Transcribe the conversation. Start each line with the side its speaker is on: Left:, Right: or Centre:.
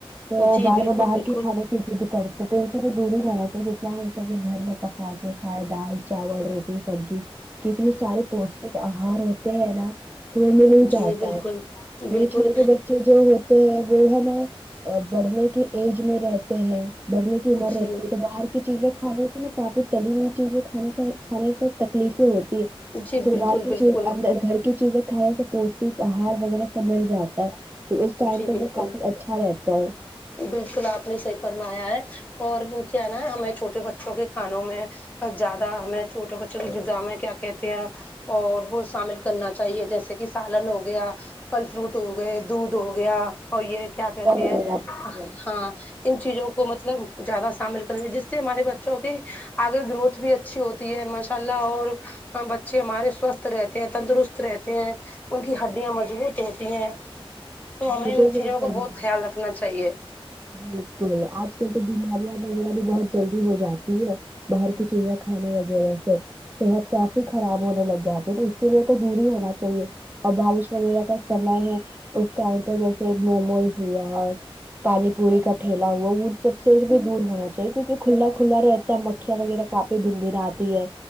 Right: تو
Left: جی
Right: بار
Left: بالکل
Right: بار باہر
Left: بالکل
Right: کے کھانے کی کرتے تو ان س دور ہی لنا چاہیے جتنا ان سب گھر میں پکا کے کھائے دال چاول روٹی سبزی ٹھیک سارے پوشٹک آہار ہوتے ہیں نا دو میں نہیں جاتا
Left: جی بالکل
Right: ہے
Left: بالکل
Right: یہ چھوٹے بچے بچے جو ہوتے ہیں وہ ہے نا بڑھنے کی ایج میں رہتے ہیں بڑھنے کی عمر
Left: جی
Right: رہتی ہے تو باہر چیزیں کھانے سے نا کافی تلی ہوئی چیزیں کھا کھانے سے تکلیفیں ہوتی
Left: جی
Right: پھر
Left: بالکل
Right: باہر کی
Left: بالکل
Right: چیز اندر گھر کی چیزیں کھانے پوش آہار وغیرہ سب مل جاتا ہے تو اس ٹائم
Left: جی
Right: تو
Left: بالکل
Right: وہ کافی اچھا رہتا ہے
Left: بالکل آپ نے صحیح فرمایا ہے اور وہ کیا نا ہمیں چھوٹے بچوں کے کھانوں میں زیادہ ہمیں چھوٹے بچو کی غذا میں کیا کہتے ہیں اور وہ شامل کرنا چاہیے جیسے کہ سالن ہو گیا پھل فروٹ ہو گئے دودھ ہو گیا اور یہ کیا کہتے
Right: وغیرہ۔
Left: ہیں
Right: بالکل
Left: ہاں ان چیزوں کو مطلب زیادہ شامل کرنا چاہیے جس سے ہمارے بچوں کے آگے گروتھ بھی اچھی ہوتی ہے ماشاءاللہ اور بچے ہمارے سوستھ رہتے ہیں تندرست رہتے ہیں ان کی ہڈیاں مضبوط ہوتی ہیں تو ہمیں
Right: بالکل
Left: ان چیزوں
Right: صحیح فرمایا
Left: کو بہت خیال رکھنا چاہیے
Right: بالکل آج کل تو بیماریاں وغیرہ بھی بہت جلدی ہو جاتی ہے باہر کی چیزیں کھانے وغیرہ سےر صحت کافی خراب ہونے لگ جاتی ہے تو اسی لیے تو دور ہی ہونا چاہیے اور بارش وغیرہ ہے ٹائپ جیسے موموز ہوا ہے پانی پوری کا ٹھیلا ہوا وہ سب سے بھی دور ہونا چاہیے کیونکہ کھلا کھلا رہتا ہے مکھیا وغیرہ کاپی بن بن آتی ہے